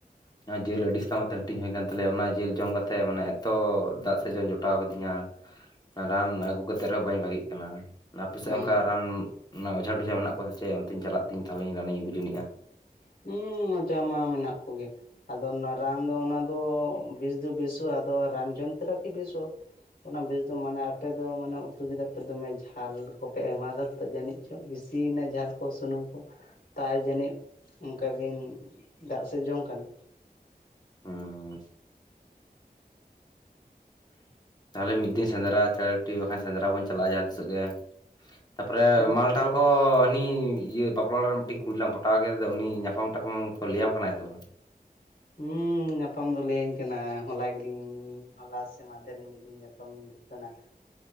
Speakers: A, on the left; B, on the left.
A: ᱚᱱᱟ ᱡᱤᱞ ᱟᱹᱰᱤ ᱟᱥᱛᱟᱢ ᱠᱟᱛᱮ ᱦᱟᱹᱴᱤᱧ ᱦᱩᱭ ᱠᱟᱱ ᱛᱟᱞᱮᱭᱟ ᱚᱱᱟ ᱡᱤᱞ ᱡᱚᱢ ᱠᱟᱛᱮᱜ ᱢᱟᱱᱮ ᱮᱛᱚ ᱫᱟᱜ ᱥᱮᱡ ᱡᱚᱝ ᱡᱚᱴ ᱴᱟᱣ ᱠᱟᱫᱤᱧᱟ ᱨᱟᱱ ᱟᱹᱜᱩ ᱠᱟᱛᱮᱜ ᱨᱮᱦᱚᱸ ᱵᱟᱹᱧ ᱵᱷᱟᱜᱤᱜ ᱠᱟᱱᱟ᱾ ᱟᱯᱮ ᱥᱮᱫ
B: ᱦᱩᱸ᱾
A: ᱚᱝᱠᱟ ᱨᱟᱱ, ᱨᱮᱱᱟᱜ ᱚᱡᱷᱟ ᱴᱚᱡᱷᱟ ᱢᱮᱱᱟᱜ ᱠᱚᱣᱟ ᱥᱮ ᱪᱮᱜ ᱚᱱᱛᱤᱧ ᱪᱟᱞᱟᱜ ᱛᱤᱧ ᱛᱟᱦᱚᱞᱮ ᱨᱟᱱᱤᱧ ᱟᱹᱜᱩ ᱡᱩᱱᱤᱜᱼᱟ᱾
B: ᱦᱩᱸᱢ ᱚᱡᱷᱟ ᱢᱟ ᱢᱮᱱᱟᱜ ᱠᱚᱜᱮ ᱟᱫᱚ ᱚᱱᱟ ᱨᱟᱱ ᱫᱚ ᱚᱱᱟ ᱫᱚ ᱵᱮᱥ ᱫᱚ ᱵᱮᱥᱚᱜᱼᱟ ᱟᱫᱚ ᱨᱟᱱ ᱡᱚᱢ ᱛᱚᱨᱟ ᱠᱤ ᱵᱮᱥᱚᱜᱼᱟ᱾ ᱚᱱᱟ ᱵᱮᱥ ᱫᱚ ᱢᱟᱱᱮ ᱟᱯᱮ ᱫᱚ ᱢᱟᱱᱮ ᱩᱛᱩ ᱠᱮᱫᱟ ᱯᱮ ᱫᱚᱢᱮ ᱡᱷᱟᱞ ᱠᱚᱯᱮ ᱮᱢᱟᱫᱟ ᱛᱚ ᱡᱟᱹᱱᱤᱡ ᱪᱚᱜ ᱵᱤᱥᱤ ᱭᱮᱱᱟ ᱡᱷᱟᱞ ᱠᱚ ᱥᱩᱱᱩᱢ ᱠᱚ ᱛᱟᱭ ᱡᱟᱹᱱᱤᱡ ᱚᱱᱠᱟ ᱵᱤᱱ ᱫᱟᱜ ᱥᱮᱫ ᱡᱚᱝ ᱠᱟᱱᱟ᱾
A: ᱦᱚᱸᱢ ᱛᱟᱦᱚᱞᱮ ᱢᱤᱫ ᱫᱤᱱ ᱥᱮᱸᱫᱽᱨᱟ ᱪᱮᱬᱮ ᱴᱩᱴᱤ ᱵᱟᱠᱷᱟᱱ ᱥᱮᱸᱫᱽᱨᱟ ᱵᱚᱱ ᱪᱟᱞᱟᱜᱼᱟ ᱡᱟᱦᱟᱸ ᱛᱤᱥᱚᱜ ᱜᱮ ᱛᱟᱯᱚᱨᱮ
B: ᱦᱩᱸ
A: ᱢᱟᱞᱴ ᱛᱟᱞ ᱠᱚ ᱦᱟᱱᱤ ᱤᱭᱟᱹ ᱵᱟᱯᱞᱟ ᱚᱲᱟᱜ ᱨᱮ ᱢᱤᱫ ᱴᱮᱱ ᱠᱩᱲᱤ ᱞᱟᱝ ᱯᱚᱴᱟᱣ ᱠᱮᱫᱮ ᱫᱚ, ᱩᱱᱤ ᱧᱟᱯᱟᱢ ᱴᱟᱯᱟᱢ ᱠᱚ ᱞᱟᱹᱭᱟᱢ ᱠᱟᱱᱟᱭ ᱥᱮ ᱵᱟᱝ?
B: ᱦᱮᱸ ᱧᱟᱯᱟᱢ ᱫᱚ ᱞᱟᱹᱭᱟᱹᱧ ᱠᱟᱱᱟ ᱦᱚᱞᱟ ᱜᱮᱞᱤᱧ ᱦᱚᱞᱟ ᱥᱮ ᱢᱟᱫᱷᱮᱨ ᱢᱤᱫ ᱫᱤᱱ ᱧᱟᱯᱟᱢᱤᱧ ᱫᱩᱠᱟᱱᱟ